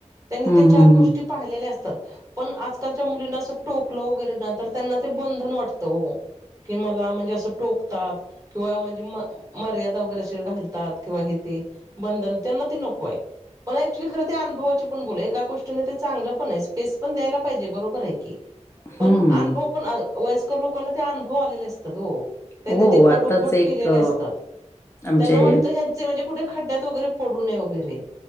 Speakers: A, on the right; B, on the left.
A: त्यांनी
B: हं,
A: ते
B: हं,
A: चार गोष्टी
B: हं.
A: पाहीलेले असतात पण आजलच्या मुलींटोकलं वगैरे तर त्यांना ते बंधन वाटत ओ कि मला म्हणजे अस टोकतात. किंवा म्हणजे म मर्यादा वगैरे अशील घालतात किंवा हे ते. बंधन त्यांना ती नकोय. पण ऍक्च्युली खरं त्या अनुभवाची पण बोल आहे एका गोष्टीने ते चांगलं पण आहे स्पेस पण द्यायला पाहिजे बरोबर आहे की.
B: हम्म.
A: पण अनुभव पण अ वयस्क कर लोकांना ते अनुभव आलेले असतात हो त्यांनी
B: हो,
A: ते कडू
B: आत्ताच
A: घोट
B: एक
A: पिलेले
B: अ,
A: असतात.
B: आमचे
A: त्यांना वाटत ह्यांचे म्हणजे कुठे खड्ड्यात वगैरे, पडू नये वगैरे